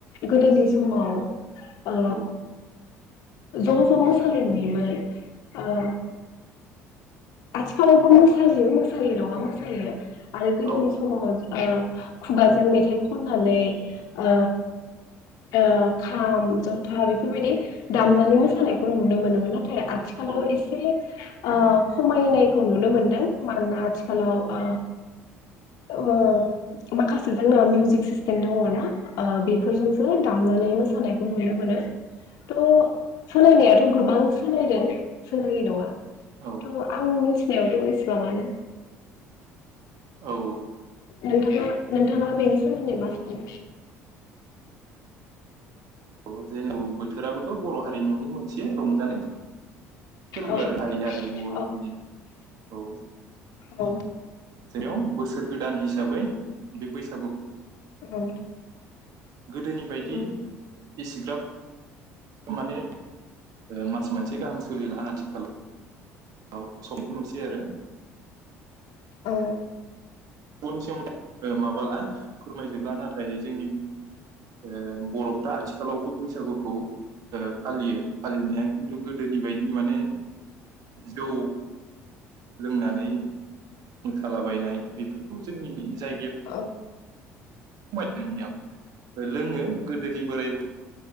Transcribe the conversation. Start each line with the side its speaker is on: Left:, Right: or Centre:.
Left: गोदोनि समाव ओ
Right: औ
Left: ज' ज' मोसानाय नुयोमोन। ओ आथिखालावबो मोसायो मोसायो नङा मोसायो। आरो गोदोनि
Right: औ औ
Left: समाव ओ खुगाजों मेथाइ खननानै ओ ओ खाम जथा बेफोरबायदि दामनानै मोसानायखौ नुनो मोनोमोन। आथिखालाव
Right: औ-औ-औ-औ-औ-औ-औ
Left: एसे ओ खमायनायखौ नुनो मोन्दों। मानोना आथिखालाव ओ ओ माखासे जोंना मिउजिक सिस्टेम दङ ना ओ बेफोरजोंसो दामनानै मोसानायखौ नुनो मोनो थ' सोलायनाया थ' गोबां सोलायदों सोलियि नङा
Right: औ
Left: थ' आंनि मिथिनायावथ' ए सेबांआनो
Right: औ
Left: नोंथाङा नोंथाङा बेनि सोमोन्दै मा सानो?
Right: औ जेन' बोथोराबोथ' बर' हारिमुनि मोनसे रंजानाय फोरबो
Left: औ
Right: आरो हायो आरो बर'फोरनि
Left: औ
Right: औ
Left: औ
Right: जेराव बोसोर गोदान हिसाबै बे बैसागु
Left: औ
Right: गोदोनि बायदि
Left: औ
Right: एसेग्राब माने ओ मास मोनसे गाहाम सोलिला आथिखालाव औ सबखौ नुसै आरो
Left: ओ
Right: <unintelligible> ओ माबाला फोरमायजोबला नाथाय जोंनि ओ बर'फ्रा आथिखालावबो बैसागुखौ ओ फालियो फालिनाया खिन्थु गोदोनि बायदि माने जौ लोंनानै मोसालाबायनाय बेफोर गौ जोंनि जायग
Left: औ
Right: <unintelligible> लोङो गोदोनि बोराय बु